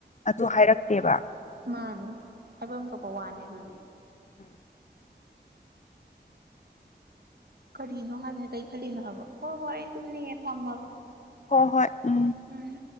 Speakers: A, on the left; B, on the right.
A: ꯑꯗꯨ ꯍꯥꯏꯔꯛꯇꯦꯕ
B: ꯃꯥꯅꯦ ꯍꯥꯏꯐꯝ ꯊꯣꯛꯄ ꯋꯥꯅꯦ ꯑꯗꯨꯗꯤ
A: ꯎꯝ
B: ꯀꯔꯤꯅꯣ ꯍꯥꯏꯕꯅ ꯀꯩ ꯈꯜꯂꯤꯅꯣ ꯍꯥꯏꯕ ꯍꯣꯏ ꯍꯣꯏ ꯑꯩ ꯇꯨꯝꯅꯤꯡꯉꯦ ꯊꯝꯃꯒꯦ
A: ꯍꯣꯏ ꯍꯣꯏ ꯎꯝ
B: ꯎꯝ